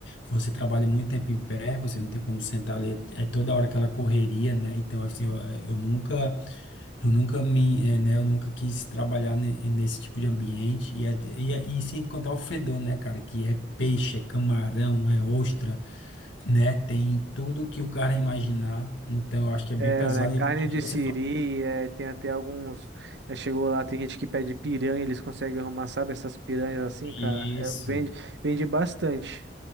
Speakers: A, on the left; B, on the right.
A: você trabalha muito tempo em pé, você não tem como sentar ali, é, é toda hora aquela correria, né, então assim, eu, eu nunca, eu nunca me, é, né, eu nunca quis trabalhar ne- nesse tipo de ambiente e, é- e, é- e sem contar o fedor, né, cara, que é peixe, é camarão, é ostra, né, tem tudo que o cara imaginar. Então, eu acho que é bem
B: É,
A: pesado
B: né? Carne
A: e que nem
B: de
A: você
B: siri,
A: fala
B: é, tem até alguns. Já chegou lá, tem gente que pede piranha, eles conseguem arrumar, sabe, essas piranhas assim, cara.
A: isso.
B: É, vende, vende bastante.